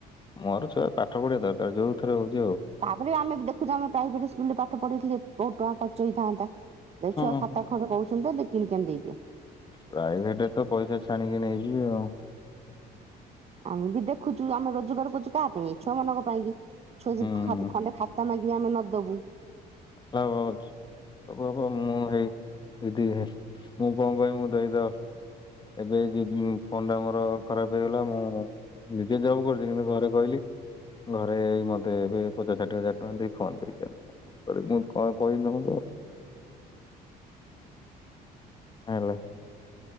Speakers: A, on the left; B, on the right.
A: ମୋର ଛୁଆ ପାଠ ପଢିବା ଦରକାର ଯୋଉ ଥରେ ହଉଛି ହଉ।
B: ତାପରେ ବି ଆମେ ବି ଦେଖୁଛୁ ଆମ ପ୍ରାଇଭେଟ୍ ସ୍କୁଲରେ ପାଠ ପଢେଇଥିଲେ ବହୁତ ଟଙ୍କା ଖର୍ଚ ହେଇଥାନ୍ତା। ଏ ଛୁଆ
A: ହଁ
B: ଖାତା ଖଣ୍ଡେ କହୁଛନ୍ତି କିଣିକି ଆଣି ଦେଇଦିଅ।
A: ପ୍ରାଇଭେଟ ରେ ତ ପଇସା ଛାଣିକି ନେଇଯିବେ ଆଉ।
B: ଆମେ ବି ଦେଖୁଛୁ ଆମେ ରୋଜଗାର କରୁଛୁ କା ପାଇଁ ଛୁଆ ମାନଙ୍କ ପାଇଁ କି ଛୁଆ
A: ହୁଁ।
B: ଯ ଖଣ୍ଡେ ଖାତା ମାଗିବେ ଆମେ ନ ଦବୁ
A: ହ ହଛି <unintelligible> ହବ ହପ ମୁଁ ହେଇ ଦିଦି ମୁଁ କଣ କହିବି ମୁଁ ଦେଇଦ ଏବେ ଯ ଫୋନ ଟା ମୋର ଖରାପ ହେଇଗଲା ମୁଁ ନିଜେ ଜବ କରୁଛି କିନ୍ତୁ ଘରେ କହିଲି ଘରେ ମତେ ଏବେ ପଚା ଷାଠିଏ ହଜାର ଟଙ୍କା ଦେଇ ଫୋନ ଦେଇ ମୁଁ କଣ କହିିଲି ତମକୁ ହେଲା